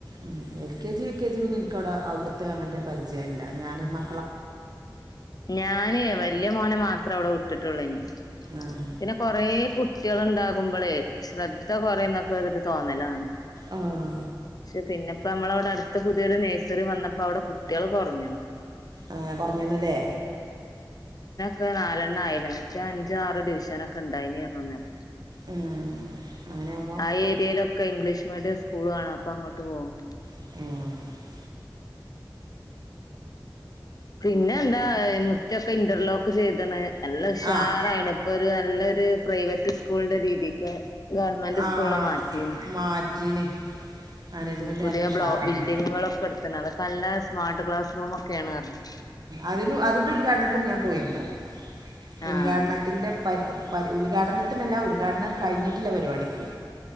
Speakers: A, on the right (about 55°); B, on the left (about 50°).
A: ഉം എൽകെജി യുകെജി പിന്നെ എൻക്കവ്ടെ അവിട്ത്തെ അങ്ങന പരിചയല്ല ഞാനും മ
B: ഞാന് വല്ല്യ മോനെ മാത്രം അവ്ടെ വിട്ട്ട്ടൊള്ളേനി
A: ആഹ്
B: പിന്നെ കൊറേ കുട്ടിയാള് ഇണ്ടാകുമ്പളേ ശ്രദ്ധ കൊറേ എന്നൊക്കെ ഒരു ത് തോന്നലാണ്
A: ആഹ്
B: പക്ഷെ പിന്നെപ്പോ നമ്മളവ്ടെ അട്ത്ത് പുതിയൊരു നേഴ്സറി വന്നപ്പോ അവിടെ കുട്ടിയാൾ കൊർഞ്ഞ്ണ്
A: ആഹ് കൊർഞ്ഞ്ണ് ല്ലേ
B: പ്പനാലെണ്ണ ആയിണ് മറ്റേ അഞ്ചോ ആറോ ഡിവിഷനൊക്കെ ഉണ്ടായിഞ് അർഞ്ഞു ഇന്നലെ
A: ആഹ് അങ്ങനെയാകുമ്പോ
B: ആ ഏരിയയിലൊക്കെ ഇംഗ്ലീഷ് മീഡിയം സ്കൂളാണ്. അപ്പൊ അങ്ങട്ട് പോകും.
A: ആഹ്
B: പിന്നെ എന്താ മുറ്റൊക്കെ ഇന്റർലോക്ക് ചെയ്ത്ണ്. നല്ല ഉഷാറായിണ്
A: ആഹ് ആഹ്
B: ഇപ്പൊരു നല്ലൊരു പ്രൈവറ്റ് സ്കൂളിന്റെ രീതിക്ക് ഗവൺമെന്റ്
A: ആഹ്
B: സ്കൂളിനെ മാറ്റീണ്
A: മാറ്റീന് മാനേജ്മെന്റ്
B: ഉം പുതിയ
A: നല്ല ഉഷാറാണ്
B: ബ്ലോ ബിൽഡിങ്ങുകളൊക്കെ ഇട്ത്ത്ക്ണ് അതൊക്കെ നല്ല സ്മാർട്ട് ക്ലാസ് റൂമൊക്കെയാണ് അർഞ്ഞ്
A: അതിന് അതിന്റെ ഉദ്ഘാടനത്തിന് ഞാൻ പോയിന്നു
B: ആഹ്
A: ഉൽഘാടനത്തിന്റെ പരി പരി ഉൽഘാടനത്തിനല്ല ഉദ്ഘാടനം കഴിഞ്ഞിട്ടില്ല പരിപാടിക്ക്